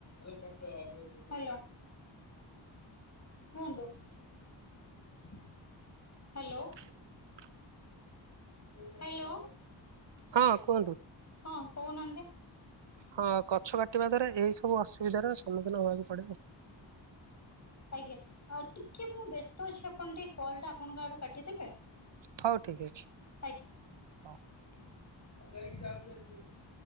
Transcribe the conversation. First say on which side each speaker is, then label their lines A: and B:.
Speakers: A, on the left; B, on the right.
A: ହ୍ୟାଲୋ କୁହନ୍ତୁ ହ୍ୟାଲୋ?
B: ହୁଁ
A: ହ୍ୟାଲୋ
B: ହଁ କୁହନ୍ତୁ।
A: ହଁ କହୁନାହାନ୍ତି?
B: ହଁ ଗଛ କାଟିବା ଦ୍ଵାରା ଏଇ ସବୁ ଅସୁବିଧାର ସମ୍ମୁଖୀନ ହବାକୁ ପଡେ ଆଉ।
A: ଆଜ୍ଞା ଆ ଟିକେ ମୁଁ ବ୍ୟସ୍ତ ଅଛି ଆପଣ ଟିକେ କଲ୍ ଟା ଆପଣଙ୍କ ଆଡୁ କାଟିଦେବେ?
B: ହଉ ଠିକ୍ ଅଛି
A: ଆଜ୍ଞା।
B: ହଉ